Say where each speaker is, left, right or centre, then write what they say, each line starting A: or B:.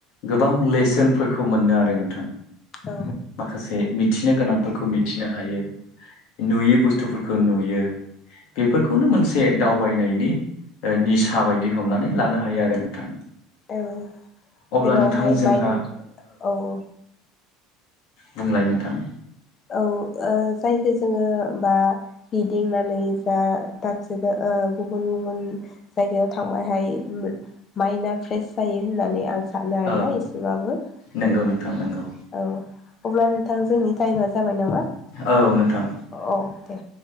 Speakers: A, on the left (about 60°); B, on the left (about 25°).
A: गोबां लेसोन फोरखौ मोनो आरो नोंथां
B: औ
A: माखासे मिथिनो गोनांफोरखौ मिथिनो हायो। नुयि बुस्थुफोरखौ नुयो बेफोरखौनो मोनसे दावबायनायनि ओ निसा बायदि हमनानै लानो हायो आरो नोंथां।
B: औ
A: अब्ला
B: जेरावहाय
A: नोंथां जोंहा
B: माइन औ औ।
A: बुंलाय नोंथां।
B: औ ओ जायखौ जोङो बा गिदिंनानै जा दाबसे जा ओ गुबुन गुबुन जायगायाव थांबायहाय माइन्दआ फ्रेश जायो होननानै आं सानो आरोना
A: औ
B: एसेबाबो
A: नंगौ
B: औ
A: नोंथां नंगौ
B: औ। अब्ला नोंथां जोंनि टाइमा जाबाय नामा
A: औ नोंथां
B: औ दे।